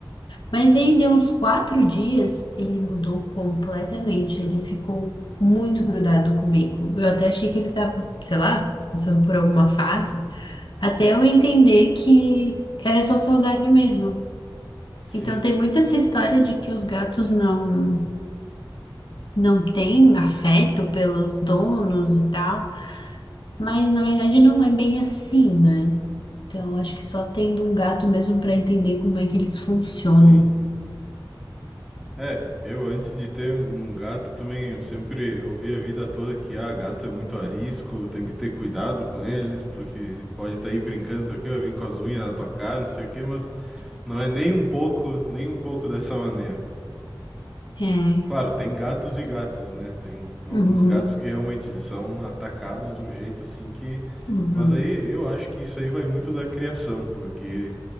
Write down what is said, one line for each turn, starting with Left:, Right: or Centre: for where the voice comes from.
Left: Mas aí deu uns quatro dias, ele mudou completamente. Ele ficou muito grudado comigo. Eu até achei que ele tava, sei lá, passando por alguma fase, até eu entender que era só saudade mesmo.
Centre: Sim,
Left: Então tem muito essa história de que os gatos não não têm afeto pelos donos e tal. Mas na verdade não é bem assim, né? Então, acho que só tendo um gato mesmo para entender como é que eles funcionam.
Centre: sim. É, eu antes de ter um gato também, eu sempre ouvi a vida toda que, ah, gato é muito arisco, tem que ter cuidado com eles, porque pode estar aí brincando, tá aqui, vai vir com as unhas na tua cara, não sei o quê, mas Não é nem um pouco, nem um pouco dessa maneira.
Left: É.
Centre: Claro, tem gatos e gatos, né? Tem alguns
Left: Uhum,
Centre: gatos que realmente eles são atacados de um jeito assim que.
Left: uhum.
Centre: Mas aí eu acho que isso aí vai muito da criação, porque